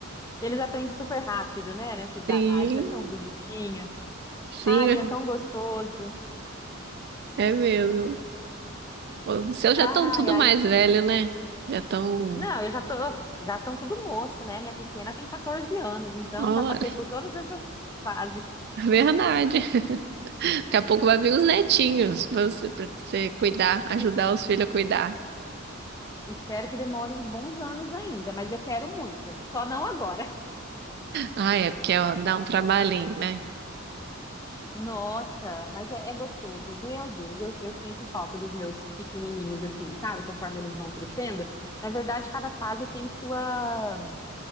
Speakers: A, on the left; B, on the right.
A: Eles aprendem super rápido, né? Nessa idade.
B: Sim,
A: É tão bonitinho.
B: sim,
A: Ai, é tão gostoso.
B: é mesmo. Os seus
A: Ai,
B: já estão tudo
A: ai.
B: mais velho, né? Já estão.
A: Não, eu já tô. Já estão tudo moço, né? Minha pequena tem 14 anos, então
B: Olha,
A: já passei por todas essas fases.
B: <laughs> verdade. Daqui a pouco vai vir os netinhos pra você, pra você cuidar, ajudar
A: Es-
B: os filhos a cuidar.
A: Espero que demore uns bons anos ainda, mas eu quero muito. Só não agora.
B: Ah, é, porque ó, dá um trabalhinho, né?
A: Nossa, mas é, é gostoso. Meu Deus, eu, eu sinto falta dos meus pequenininhos, assim, sabe? Conforme eles vão crescendo. Na verdade, cada fase tem sua